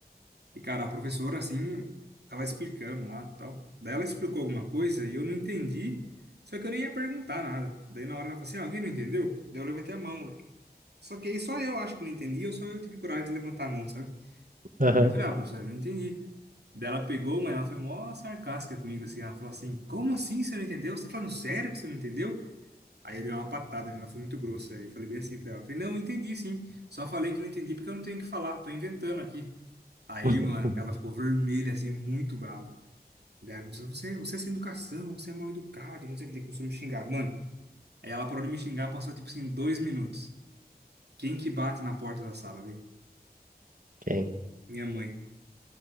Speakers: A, on the right; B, on the right.
A: E, cara, a professora, assim, tava explicando lá tal. Daí ela explicou alguma coisa e eu não entendi, só que eu nem ia perguntar nada. Daí na hora ela falou assim, "Ah, alguém não entendeu? Daí eu levantei a mão, velho. Só que aí só eu acho que não entendi, ou só eu tive coragem de levantar a mão, sabe?
B: Aham.
A: E eu falei, ah, professora, eu não entendi. Daí ela pegou, mas ela foi mó sarcástica comigo, assim, ela falou assim, como assim você não entendeu? Você tá falando sério que você não entendeu? Aí eu dei uma patada, né? Ela foi muito grossa. Aí eu falei bem assim pra ela. Falei, não, eu entendi sim. Só falei que não entendi porque eu não tenho o que falar. Tô inventando aqui. Aí,
B: <laughs>
A: mano, ela ficou vermelha, assim, muito brava. Daí ela começou, você, você é sem educação, você é mal educado, não sei o que. Daí Começou a me xingar. Mano, aí ela parou de me xingar, passou, tipo assim, dois minutos. Quem que bate na porta da sala, velho?
B: Quem?
A: Minha mãe.